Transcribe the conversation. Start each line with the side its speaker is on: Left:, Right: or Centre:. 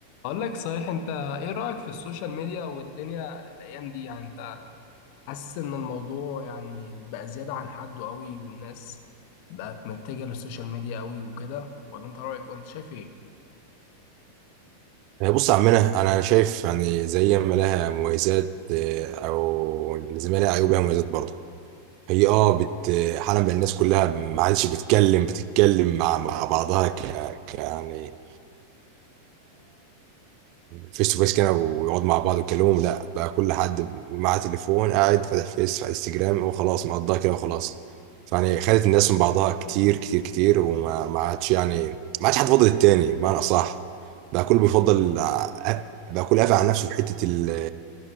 Left: اقول لك صحيح انت ايه رأيك في السوشيال ميديا والدنيا الايام دي يعني انت حاسس ان الموضوع يعني بقى زيادة عن حده قوي والناس بقت متجهة للسوشيال ميديا قوي وكده ولا انت رأيك وانت شايف ايه
Right: آه، بص يا عمنا انا شايف يعني زي ما لها مميزات آه، او زي ما لها عيوب لها مميزات برضه هي اه بت حالا بقى الناس كلها ما عادش بتتكلم بتتكلم مع مع بعضها ك ك- يعني فيس تو فيس كده ويقعدوا مع بعض ويتكلموا لا بقى كل حد معاه تليفون قاعد فاتح فيس على انستجرام وخلاص مقضاها كده وخلاص فيعني خدت الناس من بعضها كتير كتير كتير وما ما عادش يعني ما عادش حد فاضل التاني بمعنى اصح بقى كله بيفضل ع- بقى كله قافل على نفسه في حتة ال